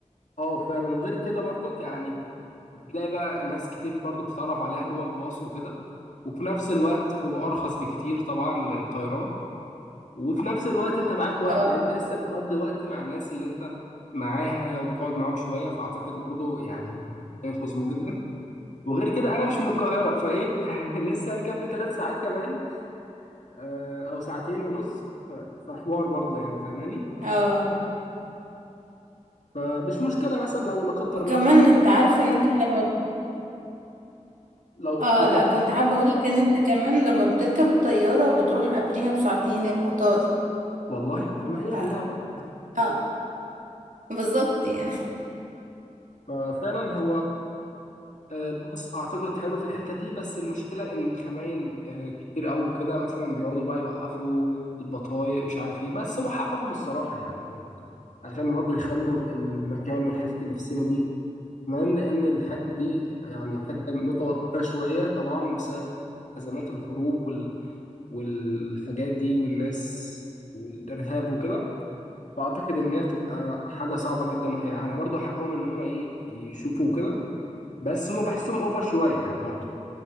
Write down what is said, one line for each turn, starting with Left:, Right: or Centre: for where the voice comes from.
Left: اه فعلا وغير كده برضك يعني بتلاقي بقى ناس كتير برضو بتتعرف عليها جوه الباص وكده وفي نفس الوقت هو أرخص بكتير طبعا من الطيران وفي نفس الوقت انت معاك وقت
Right: اه
Left: يعني انت لسه بتقضي وقت مع الناس اللي انت معاها وبتقعد معاهم شويه فاعتقد برضو يعني كانت مظبوط جدا وغير كده انا مش من القاهره فايه <laughs> لسه هركب لي ثلاث ساعات كمان آه، او ساعتين ونص ف- فحوار برضو يعني فاهماني
Right: اه
Left: فمش مشكله مثلا لو لا قدر
Right: وكمان
Left: الله في اي
Right: انت عارفة ان انت لما
Left: لو
Right: اه
Left: لو
Right: لا
Left: لا ق-
Right: كنت حابة اقولك ان انت كمان لما بتركب الطيارة بتروح قبليها بساعتين المطار
Left: والله طب ما هي
Right: ف...
Left: هيها بقى
Right: اه بالظبط يعني
Left: ففعلا هو آه، باص اعتقد حلو في الحته دي بس المشكله ان الكمائن آه، كتير قوي كده مثلا بيقعدوا بقى يوقفوا البطايق مش عارف ايه بس هو حقهم الصراحه يعني برضو عشان برضو يخلوا المكان والحته اللي في السينما دي كمان لان الحته دي يعني حته متوتره شويه طبعا بسبب ازمات الحروب وال... والحاجات دي والناس والارهاب وكده فاعتقد ان هي بتبقى حاجه صعبه جدا يعني برضو حقهم ان هم ايه يشوفوا كده بس هم بحسهم اوفر شويه يعني برضو